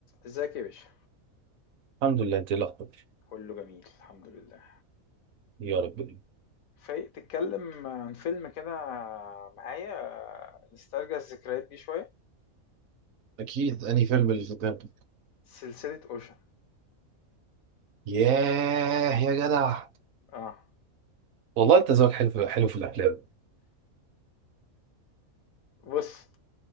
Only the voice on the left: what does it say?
ازيك يا باشا
كله جميل الحمد لله
فايق تتكلم عن فيلم كده معايا آه، نسترجع الذكريات دي شوية
سلسلة اوشن
اه
بص